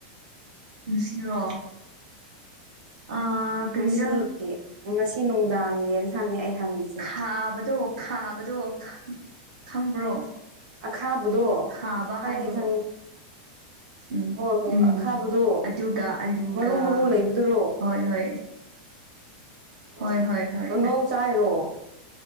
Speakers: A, on the right; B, on the right.
A: ꯉꯁꯤꯔꯣ ꯑ ꯀꯔꯤꯔꯥ
B: ꯉꯁꯤꯒꯤ ꯉꯁꯤ ꯅꯨꯡꯗꯥꯡꯒꯤꯅ ꯌꯦꯟꯁꯥꯡꯅꯤ ꯑꯩ ꯍꯪꯉꯤꯁꯦ
A: ꯊꯥꯕꯗꯣ ꯈꯥꯕꯗꯣ ꯈꯪ ꯈꯪꯕ꯭ꯔꯣ
B: ꯑꯈꯥꯕꯗꯣ
A: ꯈꯥꯕ
B: ꯈꯪꯉꯤ
A: ꯍꯥꯏꯕ꯭ꯔꯣ
B: ꯈꯪꯉꯤ
A: ꯎꯝ
B: ꯍꯣꯏ ꯍꯣꯏ
A: ꯎꯝ
B: ꯍꯣꯏ ꯑꯈꯥꯕꯗꯣ
A: ꯑꯗꯨꯒ ꯑꯂꯨꯒ
B: ꯃꯔꯨ ꯃꯔꯨ ꯂꯩꯕꯗꯨꯔꯣ
A: ꯍꯣꯏ ꯍꯣꯏ
B: ꯑꯣ
A: ꯍꯣꯏ ꯍꯣꯏ ꯍꯣꯏ
B: ꯀꯥꯡꯉꯧ ꯆꯥꯏꯔꯣ